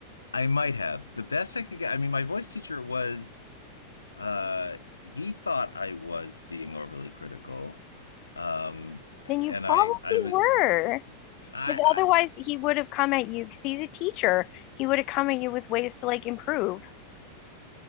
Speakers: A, on the left (about 80°); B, on the left (about 40°).
A: I might have. The best I could get, I mean, my voice teacher was, uh, he thought I was being overly critical. Um,
B: Then you
A: and
B: probably
A: I, I was,
B: were.
A: I,
B: Because otherwise, he would have come at you because he's a teacher. He would have come at you with ways to like improve.